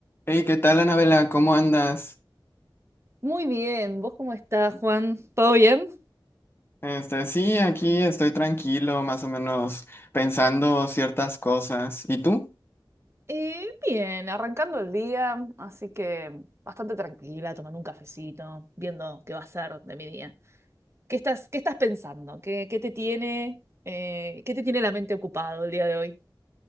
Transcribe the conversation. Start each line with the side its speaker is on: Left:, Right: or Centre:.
Left: Hey, ¿qué tal, Anabela? ¿Cómo andas?
Right: Muy bien, ¿vos cómo estás, Juan? ¿Todo bien?
Left: Este, sí, aquí estoy tranquilo, más o menos pensando ciertas cosas. ¿Y tú?
Right: Eh, bien, arrancando el día, así que bastante tranquila, tomando un cafecito, viendo qué va a ser de mi día. ¿Qué estás, qué estás pensando? ¿Qué, qué te tiene, eh, qué te tiene la mente ocupado el día de hoy?